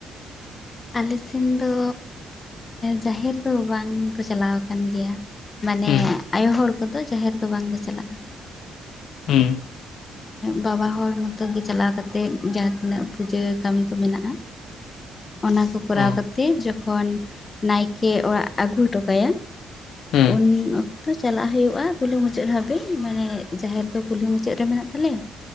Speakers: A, on the left; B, on the left.
A: ᱟᱞᱮ ᱥᱮᱱ ᱫᱚ ᱡᱟᱦᱮᱨ ᱫᱚ ᱵᱟᱝ ᱠᱚ ᱪᱟᱞᱟᱣ ᱠᱟᱱ ᱜᱮᱭᱟ᱾ ᱢᱟᱱᱮ
B: ᱦᱩᱸ
A: ᱟᱭᱳ ᱦᱚᱲ ᱠᱚᱫᱚ ᱡᱟᱦᱮᱨ ᱫᱚ ᱵᱟᱝᱞᱮ ᱪᱟᱞᱟᱜ-ᱟ᱾
B: ᱦᱩᱸ᱾
A: ᱵᱟᱵᱟ ᱦᱚᱲ ᱢᱚᱛᱚ ᱜᱮ ᱪᱟᱞᱟᱣ ᱠᱟᱛᱮᱜ ᱡᱟᱦᱟᱸ ᱛᱤᱱᱟᱹᱜ ᱯᱩᱡᱟᱹ ᱠᱟᱢᱤ ᱠᱚ ᱢᱮᱱᱟᱜ-ᱟ᱾
B: <inaudible>
A: ᱚᱱᱟ ᱠᱚ ᱠᱚᱨᱟᱣ
B: ᱚ
A: ᱠᱟᱛᱮᱜ ᱡᱚᱠᱷᱚᱱ ᱱᱟᱭᱠᱮ ᱚᱲᱟᱜ ᱟᱜᱩ ᱦᱚᱴᱚ ᱠᱟᱭᱟ᱾
B: ᱦᱩᱸ
A: ᱩᱱ ᱚᱠ ᱛᱚ ᱪᱟᱞᱟᱜ ᱦᱩᱭᱩᱜ-ᱟ ᱠᱩᱞᱦᱤ ᱢᱩᱪᱟᱹᱫ ᱦᱟᱹᱵᱤᱡ, ᱢᱟᱱᱮ ᱡᱟᱦᱮᱨ ᱫᱚ ᱠᱩᱞᱦᱤ ᱢᱩᱪᱟᱹᱫ ᱨᱮ ᱢᱮᱱᱟᱜ ᱛᱟᱞᱮᱭᱟ᱾